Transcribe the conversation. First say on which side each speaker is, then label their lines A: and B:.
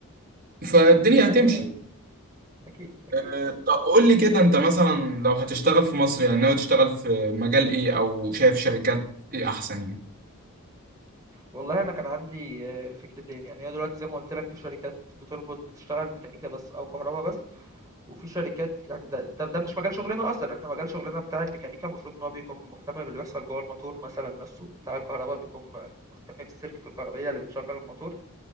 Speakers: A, on the right; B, on the right.
A: فالدنيا هتمشي
B: ايوه ايوه اكيد اكيد
A: آه،
B: اه
A: طب قول لي كده انت مثلا لو هتشتغل في مصر يعني ناوي تشتغل في مجال ايه او شايف شركات ايه احسن يعني
B: والله انا كان عندي آه، فكرتين يعني هي دلوقتي زي ما قلت لك في شركات بتربط بتشتغل ميكانيكا بس او كهرباء بس وفي شركات يعني ده, ده ده مش مجال شغلنا اصلا احنا مجال شغلنا بتاع الميكانيكا المفروض ان هو بيكون مهتم باللي بيحصل جوه الموتور مثلا نفسه بتاع الكهرباء بيكون مهتم بالسيركت الكهربائيه اللي بتشغل الموتور